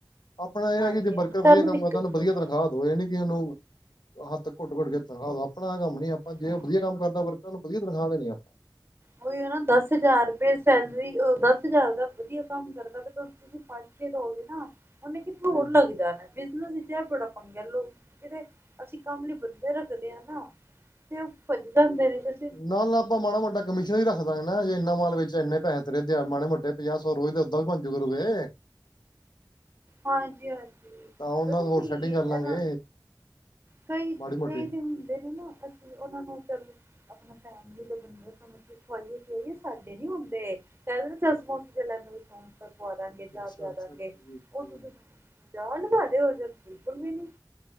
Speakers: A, on the left; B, on the right.
A: ਆਪਨਾ ਏ
B: ਹਾਂਜੀ
A: ਐ ਕਿ ਜੇ ਵਰਕਰ
B: ਹਾਂਜੀ ਤੁਹਾਨੂੰ
A: ਵਧੀਆ ਕੰਮ
B: ਦਿੱਕਤ
A: ਕਰਦਾ ਉਨੂੰ ਵਧੀਆ
B: ਨ
A: ਤਨਖਾਹ ਦੋ ਜਾਣੀ ਕਿ ਉਨੂੰ। ਹੱਥ ਘੁੱਟ -ਘੁੱਟ ਕੇ ਤਨਖਾਹ ਦੋ ਆਪਨਾ ਐ ਕੰਮ ਨੀ ਆਪਾਂ ਜੇ
B: ਹਮ
A: ਓ ਬਧੀਆ ਕੰਮ ਕਰਦਾ ਵਰਕਰਾਂ ਨੂੰ ਬਧੀਆ ਤਨਖਾਹ ਦੇਣੀ ਆ।
B: ਉਹੀ ਹਨ ਨਾ ਦਸ ਹਜ਼ਾਰ ਰੁਪਏ ਸੈਲਰੀ ਦਸ ਹਜ਼ਾਰ ਦਾ ਵਧੀਆ ਕੰਮ ਕਰ ਤੁਹ ਤੁਸੀਂ ਪਹਚੇ ਦੋਗੇ ਨਾ ਉਹਨੇ ਕਿੱਥੇ
A: ਸਹੀ
B: ਹੋਰ ਲੱਗ ਜਾਣਾ। ਬਿਜਨਸ ਵਿੱਚ ਇਹ ਬੜਾ ਪੰਗਾ ਲੋਕ ਜਿਹੜੇ ਅਸੀਂ ਕੰਮ ਲਈ ਬੰਦੇ ਰੱਖਦੇ ਹ ਨਾ ਤੇ ਉਹ ਬਜ ਜਾਂਦੇ ਨੇ ਫੇਰ
A: ਨਾ, ਨਾ ਆਪਾਂ ਮਾੜਾ ਮੌਟਾ ਕਮਿਸ਼ਨ ਹੀ ਰੱਖਦਾ ਗੇ ਨਾ ਜੇ ਇੰਨਾ ਮਾਲ ਵੇਚਿਆ ਇੰਨੇ ਪੈਸੇ ਤੇਰੇ ਮਾੜੇ ਮੋਟੇ ਪੰਜਾਹ ਸੌ ਰੋਜ਼ ਉੱਦਾ ਬਣਜੂਗੇ।
B: ਹਾਂਜੀ, ਹਾਂਜੀ
A: ਤਾਂ ਉਹਨਾਂ
B: ਪਤਾ
A: ਹੋਰ
B: ਕੀ
A: ਸੈਟਿੰਗ
B: ਇਹਨਾ
A: ਕਰ ਲਾਂਗੇ
B: ਕਈ,
A: ਮਾੜੀ ਮੋਟੀ
B: ਕਈ ਦਿ ਹੁੰਦੇ ਨਾ ਉਹਨਾ ਨੂੰ ਚੱਲ ਆਪਣੇ ਫੈਮਿਲੀ ਦੇ ਬੰਦੇ ਸਮਜ ਖਵਾਈਏ ਪੀਆਈਏ ਸਾਡੇ ਨੀ ਹੁੰਦੇ ਪਹਲਾ ਦੱਸਣਾ ਸ ਇਹ ਗੱਲ ਪਵਾ ਦਾਂਗੇ ਚਾਹ
A: ਅੱਛਾ
B: ਪਿਆ
A: ਅੱਛਾ
B: ਦਾਂਗੇ
A: ਅੱਛਾ ਜੀ ਅੱਛਾ
B: ਉਹ ਤੁਸੀਂ
A: ਜੀ
B: ਜਾ ਨਿਭਾਦੇ ਹੋ ਜਾਂ ਬਿਲਕੁਲ ਵੀ ਨੀ।